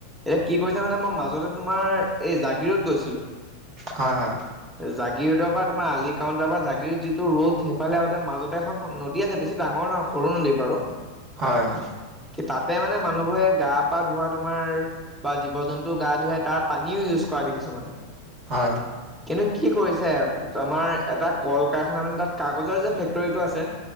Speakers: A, in the centre; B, on the right.
A: এ কি কৰিছা মানে মই মাজতে তোমাৰ এই জাগিৰোদ গৈছিলোঁ।
B: হয়-হয়।
A: জাগিৰোদৰ পৰা তোমাৰ আলি কাউণ্টাৰ পৰা জাগিৰোদ যিটো ৰোদ সেইফালেতে মাজতে এখন নদী আছে বেছি ডাঙৰ নহয় সৰু নদী বাৰু।
B: হয়-হয়!
A: তাতে মানে মানুহবোৰে গা পা ধোৱা তোমাৰ বা জীৱ-জন্তু গা ধুৱাই তাৰ পানীও ইউজ কৰা দেখিছো মানে।
B: হয়।
A: কিন্তু কি কৰিছে আমাৰ এটা কল-কাৰখানা মানে তাত কাগজৰ যে ফেক্টৰীটো আছে।